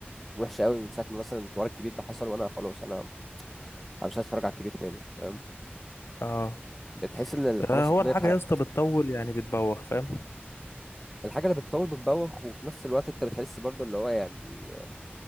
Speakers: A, in the centre; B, on the left.
A: وحشه قوي من ساعه ما مثلا الحوار الكبير ده حصل وانا خلاص انا انا مش عايز اتفرج على الكبير تاني فاهم
B: اه
A: بتحس ان ال-
B: آه،
A: خلاص
B: هو
A: الكوميديا
B: الحاجه
A: اتحرقت
B: يا اسطى بتطول يعني بتبوخ فاهم
A: الحاجه اللي بتطول بتبوخ وفي نفس الوقت انت بتحس برضو اللي هو يعني